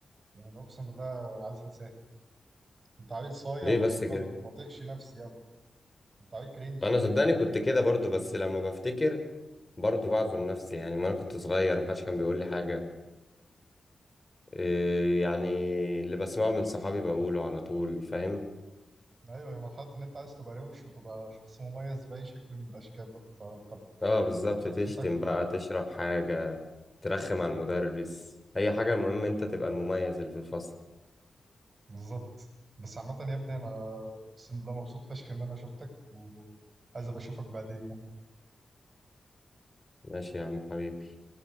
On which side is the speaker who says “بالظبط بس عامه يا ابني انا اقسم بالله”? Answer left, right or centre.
Right